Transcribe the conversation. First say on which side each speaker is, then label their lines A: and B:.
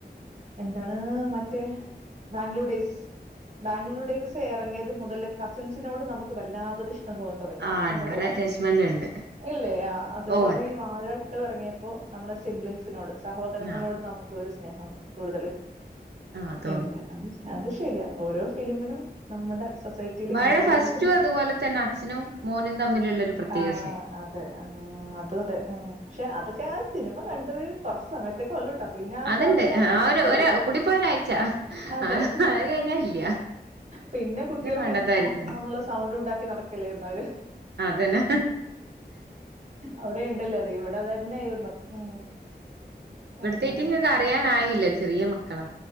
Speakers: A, on the right; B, on the right.
A: എന്താണ് മറ്റേ ബാംഗ്ലൂർ ഡേയ്സ് ബാംഗ്ലൂർ ഡേയ്സ് സ് ഇറങ്ങിയത് മുതല് കസിൻസിനോട് നമുക്ക് വല്ലതൊര് ഇഷ്ടം തോന്നി തുടങ്ങി
B: ആഹ്
A: ഒന്നും
B: ഉണ്ട്
A: കൂടെ
B: ഒരു അറ്റാച്ച്മെന്റ് ഉണ്ട്
A: ഇല്ലേ ആഹ് അതേപോലെ
B: ഓഹ് ഉണ്ട്
A: ഈ വാഴ ടു ഇറങ്ങിയപ്പോ നമ്മളെ സിബ്ലിംഗ്സിനോട് സഹോദരങ്ങളോട്
B: ആഹ്
A: നമുക്ക് ഒര് സ്നേഹം കൂടുതല്
B: ആഹ് തോന്നി
A: ഇണ്ട് അത് ശരിയാ ഓരോ ഫിലിമിനും നമ്മുടെ സൊസൈറ്റിയില്
B: വാഴ
A: ഇൻഫ്ലുവൻസ്
B: ഫസ്റ്റും
A: ഉണ്ട്.
B: അതുപോലെ തന്നെ അച്ഛനും മോനും തമ്മിലുള്ളൊരു പ്രത്യേക
A: ആഹ്
B: സ്നേഹം
A: അതെ ആഹ് അതും അതെ ഉം പക്ഷെ അതൊക്കെ ആ സിനിമ കണണ്ട് ഒര് കുറച്ച് ച്ച് സമയത്തേക്കെ ഉള്ളൂട്ടാ പിന്നെ ആ
B: അത്ണ്ട്
A: സ്വാധീനം അവലര്തന്ന്
B: ആ ഒരു
A: പോയി
B: ഒരാ കൂടിപ്പോയ ഒരാഴ്ച
A: അതെ
B: ആഹ് അത് കഴിഞ്ഞാ ഇല്ല
A: പിന്നെ കുട്ടികളൊക്കെ
B: വേണ്ടാത്താരി തന്നെ
A: <inaudible> സൗണ്ട് ഉണ്ടാക്കി ക്കി നടക്കല്ലാരുന്നോ അവര്
B: അതന്നെ
A: അവിടെ ഇണ്ടല്ലോ അത് ഇവിടെ തന്നെയായിരുന്നു ഉം
B: ഇവിടത്തേക്കും
A: അങ്ങനെ.
B: ഇങ്ങൾക്ക് അറിയാനായില്ല ചെറിയ മക്കളാ